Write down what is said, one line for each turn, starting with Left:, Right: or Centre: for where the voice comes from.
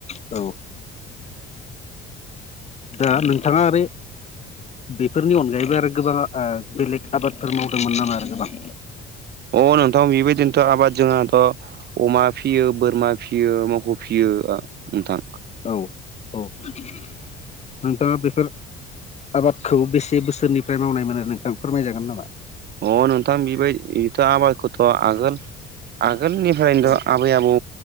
Left: औ दा नोंथांङा ओरै बेफोरनि अनगायैबो आरो गोबां बेलेग आबादफोर मावदोंमोन नामा आरो गोबां
Right: अ नोंथां बेबायदिनोथ' आबाद जोंङाथ' अमा फिसियो बोरमा फिसियो मोसौ फिसियो नोंथां
Left: औ औ नोंथाङा बेफोर आबादखौ बेसे बोसोरनिफ्राय मावनाय मोनो नोंथां फोरमायजागोन नामा
Right: अ नोंथां बेबाय बेथ' आबादखौथ' आगोल आगोलनिफ्रायनोथ'
Left: औ
Right: आबै आबौ